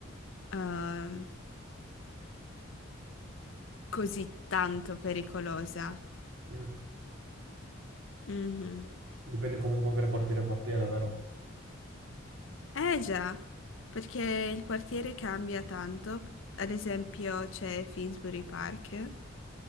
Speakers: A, on the left; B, on the right.
A: ehm, così tanto pericolosa.
B: Mm.
A: Mhm.
B: Dipende comunque anche da quartiere a quartiere, vero?
A: Eh già, perché il quartiere cambia tanto. Ad esempio c'è Finsbury Park,